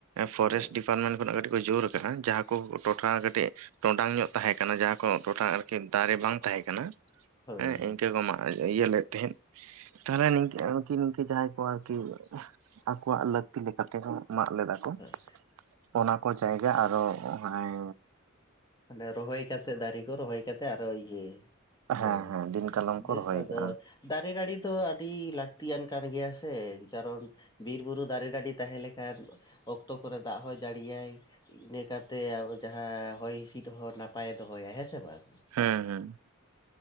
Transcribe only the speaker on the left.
ᱦᱳᱭ
ᱦᱳᱭ
ᱦᱳᱭ
ᱢᱟᱱᱮ ᱨᱚᱦᱚᱭ ᱠᱟᱛᱮᱜ ᱫᱟᱹᱨᱤ ᱠᱚ ᱨᱚᱦᱚᱭ ᱠᱟᱛᱮ ᱟᱨᱚ ᱤᱭᱟᱹ ᱦᱳᱭ
ᱵᱮᱥ
ᱟᱫᱚ
ᱫᱟᱨᱮ ᱱᱟᱹᱲᱤ ᱫᱚ ᱟᱹᱰᱤ ᱞᱟᱹᱠᱛᱤᱭᱟᱱ ᱠᱟᱱ ᱜᱮᱭᱟ ᱥᱮ ᱠᱟᱨᱚᱱ ᱵᱤᱨᱼᱵᱩᱨᱩ ᱫᱟᱨᱮ ᱱᱟᱹᱰᱤ ᱛᱟᱦᱮᱸ ᱞᱮᱠᱷᱟᱱ ᱚᱠᱛᱚ ᱠᱚᱨᱮ ᱫᱟᱜ ᱦᱚᱸᱭ ᱡᱟᱹᱲᱤᱭᱟᱭ ᱾ ᱤᱱᱟᱹ ᱠᱟᱛᱮ ᱟᱵᱚ ᱡᱟᱦᱟᱸ ᱦᱚᱭ ᱦᱤᱥᱤᱫ ᱦᱚᱸ ᱱᱟᱯᱟᱭᱮ ᱫᱚᱦᱚᱭᱟ ᱦᱮᱸ ᱥᱮ ᱵᱟᱝ?